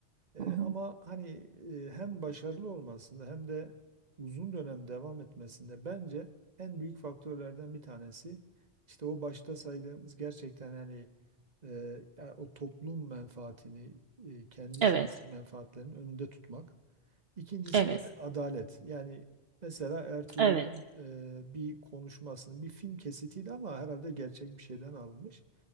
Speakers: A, on the right; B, on the right.
A: E,
B: Hı hı.
A: ama hani e, hem başarılı olmasında hem de uzun dönem devam etmesinde bence en büyük faktörlerden bir tanesi işte o başta saydığımız gerçekten yani e, ya o toplum menfaatini e, kendi
B: Evet,
A: şahsi menfaatlerinin önünde tutmak. İkincisi
B: evet,
A: de adalet. Yani mesela Ertuğrul'un
B: evet.
A: e, bir konuşmasının bir film kesitiydi ama herhalde gerçek bir şeyden alınmış.